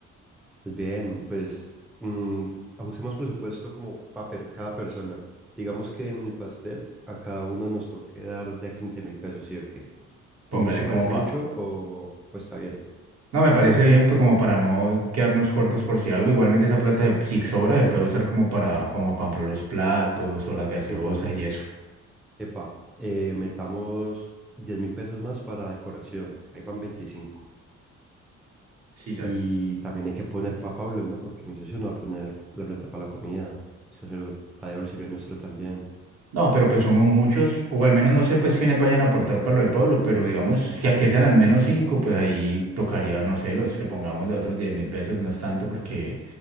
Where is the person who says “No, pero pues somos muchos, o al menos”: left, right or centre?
Right